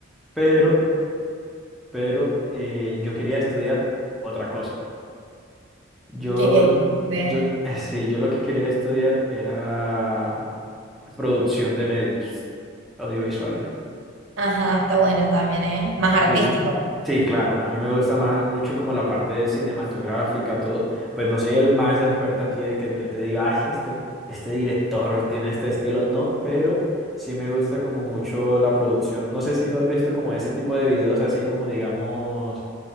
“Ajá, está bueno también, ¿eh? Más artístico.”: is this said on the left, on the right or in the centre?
Right